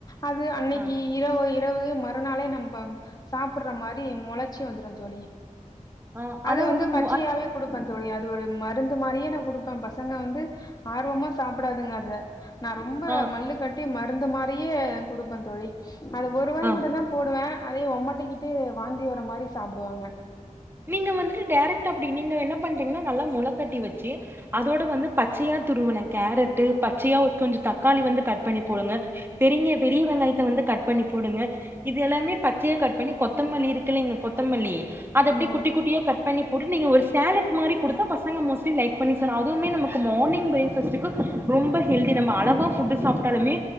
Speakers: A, on the left; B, on the right.
A: அது அன்னைக்கு
B: ஆ
A: இரவு இவு மறுநாளே நம்ம சாப்படுற மாரி முளைச்சி வந்துடும் தோழி
B: ஆ
A: அது
B: அதா
A: வந்து பச்சயாவே
B: மு அ
A: குடுப்பன் தோழியாது ஒரு மருந்து மாரியே நான் கொடுப்பேன் பசங்க வந்து ஆர்வமா சாப்படாதுங்க அது நான் ரொம்ப
B: ஆ
A: மல்லு கட்டி மருந்து மாரியே கூடு பந்தோழி அது ஒருவாய்
B: ஆ
A: மட்டம்தான் போடுவேன் அதே ஒமட் ஒமடிகிட்டு வாந்தி வர மாதிரி சாப்பிடுவாங்க
B: நீங்க வந்துட்டு டைரெக்ட்டா அப்படி நீங்க என்ன பண்றீங்கன்னா நல்லா முளகட்டி வச்சு அதோட வந்து பச்சையா துருவன கேரட்டு பச்சையா கொஞ்சம் தக்காளி வந்து கட் பண்ணி போடுங்க பெரியங்க பெரிய வெள்ளாயத்த வந்து கட் பண்ணி போடுங்க இது எல்லாமே பச்சையா கட் பண்ணி கொத்தமல்லி இருக்குல்லங்க கொத்தமல்லி அதை அப்படி
A: ஆமா
B: குட்டி
A: தோழி
B: குட்டியா கட் பண்ணி போட்டு நீங்க ஒரு சேலெட் மாதிரி கொடுத்தா பசங்க மோஸ்ட்லி லைக் பண்ணி சொ அதுவுமே நமக்கு மார்னிங் பிரேக்ஃபாஸ்டுக்கு ரொம்ப ஹெல்தி நம்ம அழகாக ஃபுட்டு சாப்பிட்டாலுமே